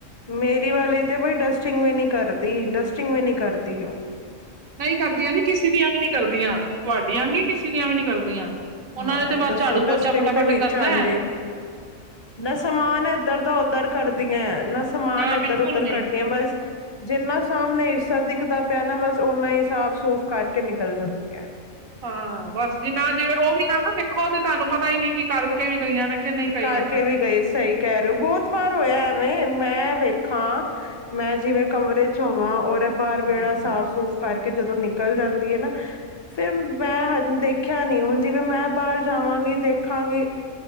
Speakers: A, on the left; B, on the right.
A: ਮੇਰੀ ਵਾਲੀ ਤੇ ਬਈ ਡਸਟਿੰਗ ਵੀ ਨੀ ਕਰਦੀ, ਡਸਟਿੰਗ ਵੀ ਨੀ ਕਰਦੀ ਓ।
B: ਨਈਂ ਕਰਦੀਆਂ ਜੀ ਕਿਸੇ ਦੀਆਂ ਵੀ ਨੀ ਕਰਦੀਆਂ, ਤੁਆਡੀਆਂ ਕੀ ਕਿਸੇ ਦੀਆਂ ਵੀ ਨੀ ਕਰਦੀਆਂ।
A: ਹਾਂ
B: ਓਨਾਂ ਨੇ ਤੇ ਬਸ
A: ਦੱਸੋ
B: ਝਾੜੂ-ਪੋਚਾ
A: ਡਸਟਿੰਗ
B: ਫਟਾਫਟ
A: ਤੇ ਵਿੱਚ
B: ਕਰਨਾ
A: ਆਉਂਦੀ
B: ਐ।
A: ਨਾ ਸਮਾਨ ਏਧਰ ਦਾ ਓਧਰ ਕਰਦੀਐਂ, ਨਾ ਸਮਾਨ
B: ਨਾ
A: ਏਧਰ-ਉਧਰ
B: ਬਿਲਕੁਲ ਨਹੀਂ
A: ਕਰਦੀਆਂ ਬਸ ਜਿੰਨਾ ਸਾਮਣੇ ਹਿੱਸਾ ਦਿਖਦਾ ਪਿਆ ਨਾ ਬਸ ਓਨਾ ਹੀ ਸਾਫ਼-ਸੂਫ਼ ਕਰਕੇ ਨਿਕਲ ਜਾਂਦੀਆਂ ਐ।
B: ਹਾਂ ਬਸ ਜਿੰਨਾ ਜੇ ਓ ਵੀ ਨਾ- ਨਾ ਵੇਖੋ ਤੇ ਤੁਆਨੂੰ ਪਤਾ ਈ ਨੀ ਕਿ ਕਰਕੇ ਵੀ ਗਈਆਂ ਨੇ। ਕਿ ਨਹੀਂ ਗਈਆਂ
A: ਕਰਕੇ ਵੀ ਗਈ ਸਈ ਕੈਅ ਰਏ ਓ ਬੋਤ ਵਾਰ ਹੋਇਆ ਐਵੇਂ, ਮੈਂ ਵੇਖਾਂ ਮੈਂ ਜਿਵੇਂ ਕਮਰੇ ਚ ਹੋਵਾਂ ਔਰ ਏਹ ਬਾਅਰ
B: ਹੂੰ
A: ਵੇਹੜਾ ਸਾਫ-ਸੂਫ ਕਰਕੇ ਜਦੋਂ ਨਿਕਲ ਜਾਂਦੀ ਐ ਨਾ। ਫੇਰ ਮੈਂ ਹ ਦੇਖਿਆ ਨੀ ਹੁਣ ਜਿਵੇਂ ਮੈਂ ਬਾਅਰ ਜਾਵਾਂਗੀ ਦੇਖਾਂਗੀ।